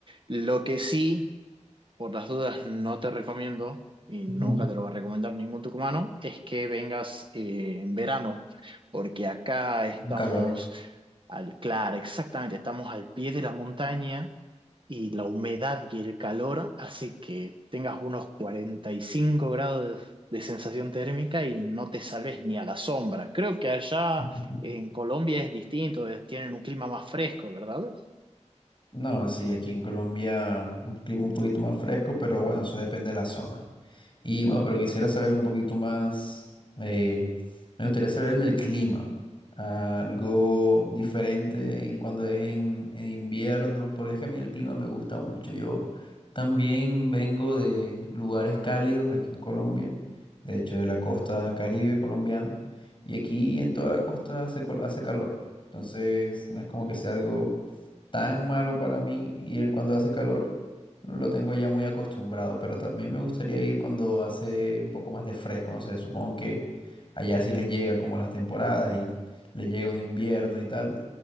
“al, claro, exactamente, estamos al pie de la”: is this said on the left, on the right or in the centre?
Right